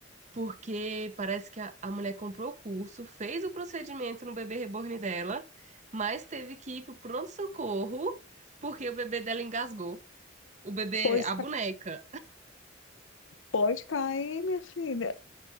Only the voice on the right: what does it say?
porque parece que a, a mulher comprou o curso, fez o procedimento no bebê reborn dela, mas teve que ir pro pronto-socorro, porque o bebê dela engasgou. O bebê,
a boneca.